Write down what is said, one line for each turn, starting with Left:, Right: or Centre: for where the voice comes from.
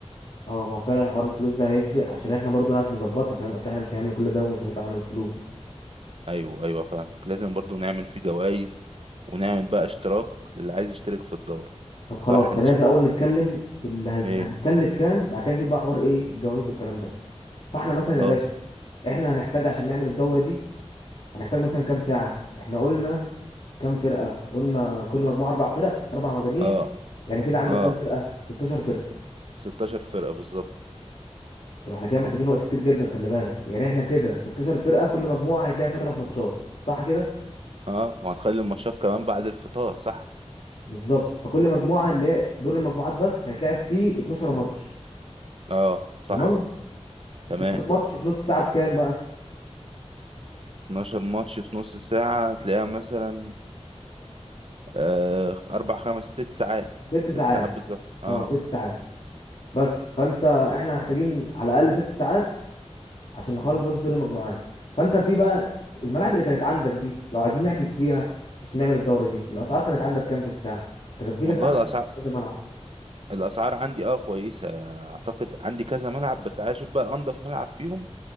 Left: اه ما هو فعلا حوار الفلوس ده هيفرق عشان احنا برضو نعرف نظبطها فاهم اصل احنا مش هنعمل كل ده ومش هنطلع معانا فلوس
Right: ايوه ايوه فاهمك لازم برضو نعمل فيه جوائز ونعمل بقى اشتراك للي عايز يشترك في الدورة
Left: طب خلاص
Right: صح انت
Left: خلينا
Right: ش-
Left: في الاول نتكلم في اللي هت-
Right: ايه
Left: هنتكلف كام بعد كده نشوف بقى حوار ايه الجواز والكلام ده فاحنا مثلا
Right: خلاص
Left: يا باشا احنا هنحتاج عشان نعمل الدوره دي هنحتاج مثلا كام ساعة احنا قلنا كام فرقة قلنا كل مجموعة اربع فرق اربع مجاميع
Right: اه
Left: يعني كده عندك
Right: اه
Left: كام فرقة 16 فرقة
Right: 16 فرقة بالظبط
Left: طب احنا كده محتاجين وقت كتير جدا خلي بالك يعني احنا كده 16 فرقة كل مجموعة هيتلعب فيها ثلاث ماتشات صح كده
Right: اه وهنخلي الماتشات كمان بعد الفطار صح
Left: بالظبط فكل مجموعة اللي هي دور المجموعات بس هيتلعب فيه 12 ماتش
Right: اه صح
Left: تمام
Right: تمام
Left: 12 ماتش في نص ساعة بكام بقى
Right: 12 ماتش في نص ساعة هتلاقيها مثلا آه، أربع خمس ست ساعات
Left: ست ساعات
Right: ست ساعات بالظبط اه
Left: اه ست ساعات بس فانت احنا محتاجين على الاقل ست ساعات عشان نخلص بس دور المجموعات فانت في بقى الملاعب اللي كانت عندك دي لو عايزين نحجز فيها عشان نعمل الدوره دي الاسعار كانت عندك كام في الساعه انت كان في كذا
Right: والله
Left: عندك
Right: الأسعار
Left: كذا ملعب
Right: الأسعار عندي اه كويسة أعتقد عندي كذا ملعب بس عايز أشوف بقى أنضف ملعب فيهم